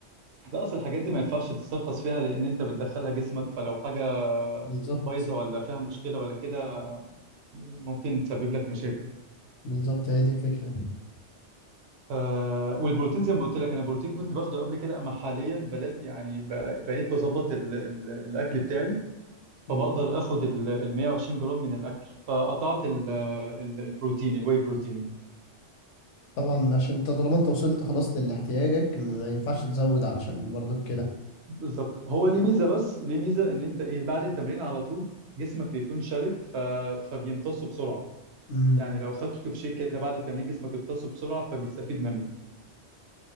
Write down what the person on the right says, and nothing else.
لا اصل الحاجات دي ما ينفعش تسترخص فيها لان انت بتدخلها جسمك فلو حاجه
بايظه ولا فيها مشكله ولا كده ممكن تسبب لك مشاكل
ف... والبروتين زي ما قلت لك انا بروتين كنت باخده قبل كده اما حاليا بدأ يعني بق- بقيت بظبط ال... ال... الاكل بتاعي
فبقدر اخد ال ال 120 جرام من الاكل فقطعت ال ال البروتين الواي بروتين
بالظبط هو ليه ميزه بس ليه ميزه ان انت ايه بعد التمرين على طول جسمك بيكون شرب ف... فبيمتصه بسرعه
يعني لو خدته في شيك كده بعد التمرين جسمك بيمتصه بسرعه فبيستفيد منه